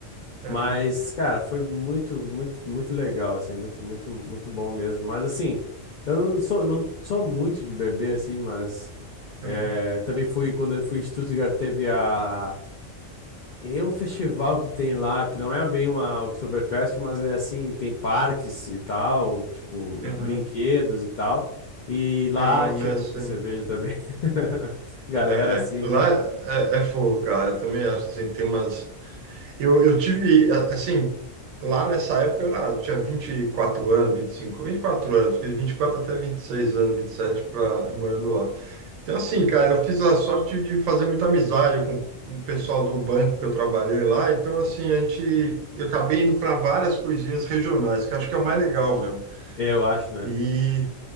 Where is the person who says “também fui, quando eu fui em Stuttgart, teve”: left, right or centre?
Left